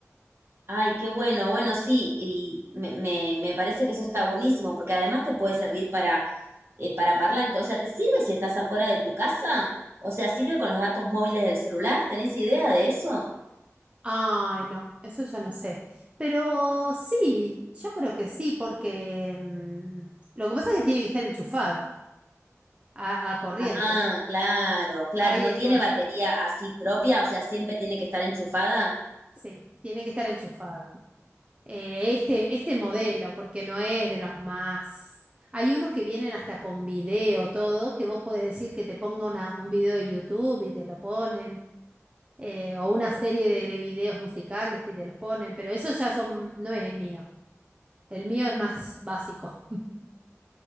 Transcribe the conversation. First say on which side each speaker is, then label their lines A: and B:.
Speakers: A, on the right; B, on the right.
A: Ay, qué bueno, bueno, sí, y me, me- me parece que eso está buenísimo, porque además te puede servir para, eh, para parlante. O sea, ¿te sirve si estás afuera de tu casa? O sea, ¿sirve con los datos móviles del celular? ¿Tenés idea de eso?
B: Ay, no, eso ya no sé. Pero sí, yo creo que sí, porque mm, lo que pasa es que tiene que estar enchufada a, a corriente.
A: Ah, claro, claro,
B: Ahí
A: no
B: es
A: tiene
B: donde,
A: batería así propia, o sea, siempre tiene que estar enchufada.
B: sí, tiene que estar enchufada. eh, este, este modelo, porque no es de los más. Hay unos que vienen hasta con video, todo, que vos podés decir que te ponga una- un video de YouTube y te lo ponen, eh, o una serie de, de videos musicales y te los ponen, pero eso ya son, no es el mío. El mío es más básico. <laughs>